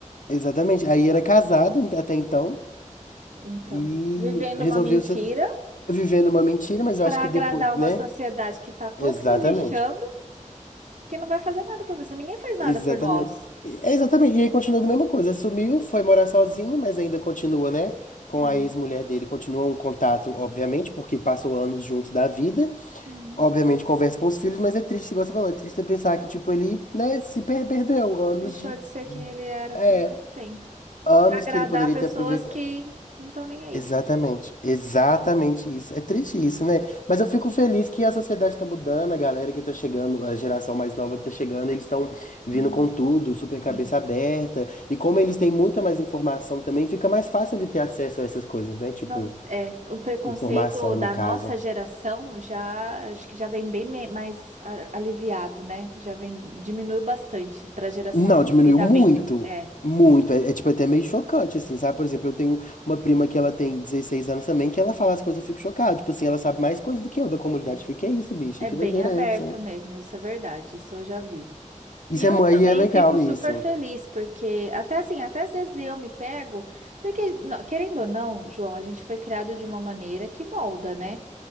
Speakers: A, on the left; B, on the right.
A: Exatamente. Aí era casado até então.
B: Então,
A: E
B: vivendo
A: resolveu
B: uma mentira
A: se viver numa mentira, mas eu
B: para
A: acho que
B: agradar
A: depois,
B: uma
A: né?
B: sociedade que tá pouco
A: Exatamente.
B: se lixando, que não vai fazer nada por você. Ninguém faz nada
A: Exatamente.
B: por nós.
A: É, Exatamente. E aí continuou da mesma coisa. Sumiu, foi morar sozinho, mas ainda continua, né? Com
B: Hum.
A: a ex-mulher dele, continua um contato, obviamente, porque passou anos juntos da vida.
B: Hum.
A: Obviamente conversa com os filhos, mas é triste, igual você falou, é triste pensar que, tipo, ele, né, se per- perdeu anos
B: Deixou
A: de.
B: de ser quem ele era
A: É,
B: por muito tempo.
A: anos
B: Agradar
A: que ele poderia
B: pessoas
A: ter aproveitado.
B: que não estão nem aí.
A: Exatamente, exatamente isso. É triste isso, né? Mas eu fico feliz que a sociedade está mudando, a galera que tá chegando, a geração mais nova que tá chegando, eles estão vindo
B: Hum,
A: com tudo, super cabeça
B: sim.
A: aberta. E como eles têm muita mais informação também, fica mais fácil ele ter acesso a essas coisas, né? Tipo,
B: Não, é, o preconceito
A: informação
B: da
A: no caso.
B: nossa geração já, acho que já vem bem me- mais a- aliviado, né? Já vem, diminuiu bastante para a geração
A: Não, diminuiu
B: que tá
A: muito,
B: vindo. É,
A: muito. É, é, tipo até meio chocante, assim, sabe? Por exemplo, eu tenho uma prima que ela tem 16 anos também, que ela fala as coisas, eu fico chocado. Tipo assim, ela sabe mais coisas do que eu da comunidade.
B: é.
A: Eu Fico, que é isso, bicho?
B: É
A: Que
B: bem
A: doideira
B: aberto
A: é essa?
B: mesmo, isso é verdade, isso eu já vi.
A: Isso
B: E eu
A: é, mu- aí
B: também
A: é legal,
B: fico super
A: isso.
B: feliz, porque até assim, até às vezes eu me pego, porque, no- querendo ou não, João, a gente foi criado de uma maneira que molda, né?